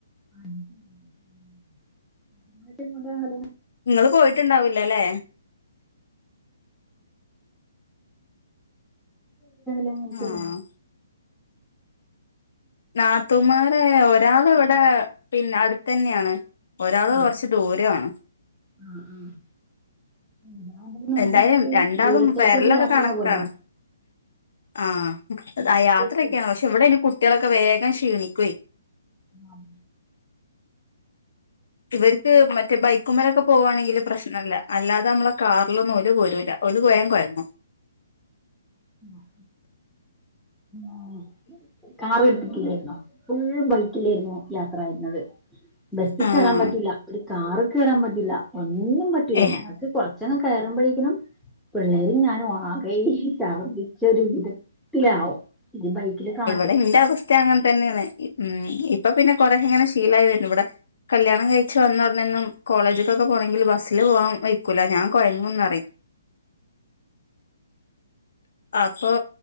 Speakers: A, in the centre; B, on the left.
A: താ ശരിക്ക ഞങ്ങടിവടണേലും
B: ഇങ്ങള് പോയിട്ടുണ്ടാവൂലല്ലേ
A: ഞൻ വി
B: ആഹ്
A: ചെയര
B: നാത്തുമാരെ ഒരാളവിടെ പിന്നെ അടുത്തന്നെയാണ് ഒരാള്
A: ആഹ്
B: കൊറച്ച് ദൂരണ്
A: ആഹ് ആഹ് ഇതാവുമ്പോ നമുക്ക്
B: എന്തായാലും
A: ഇടക്ക്
B: രണ്ടാളും
A: ദൂരത്തേക്ക്
B: വരലൊക്കെ
A: ഒരു യാത്രയാവുമല്ലോ
B: കണക്കാണ് ആഹ്
A: ദൂരത്തേക്ക്
B: ആ യാത്രയൊക്കെയാണ് പക്ഷെ ഇവിടെ ഇന് കുട്ടികളൊക്കെ വേഗം ക്ഷീണിക്കയി
A: ആഹ
B: ഇവർക്ക് മറ്റേ ബൈക്കുമ പോവുവാണെങ്കില് പ്രശ്നമല്ല അല്ലാതെ നമ്മളെ കാറിലൊന്നും ഓര് പോരൂല്ല അവള് കോയാൻ കുയന്നു
A: അ ആഹ കാർ എടുത്തിട്ടില്ലായിുന്നോ ഫുൾ ബൈക്കിലായിരുന്നു യാത്രായിരുന്നത് ബസ്സി
B: ആഹ്
A: കയറാൻ പറ്റൂല ഒരു ക ഒന്നും പറ്റൂില്ല
B: ഏ
A: ഞങ്ങൾക്ക് കൊറച്ചന കയറുമ്പോഴേക്കനും പിള്ളേരും ഞാനും ആകയി ചർദിച്ച ഒരു വിധത്തിലാവും ഇത് ബൈക്കില് കാ
B: അടെ ഇന്റെ അവസ്ഥ അങ്ങനെ തന്നെയാണ് ഉ ഇപ്പൊ പിന്നെ കൊറെങ്ങനെ ശീലായി വരുന്നു ഇവിടെ കല്യാണം കഴിച്ചു വന്നോടനന്നും കോളേജക്കൊക്കെ പോണെങ്കിൽ ബസ്സില് പോവാാൻ വിെക്കൂില്ല ഞാൻ കോയങ്ങന്ന്റ അപ്പൊ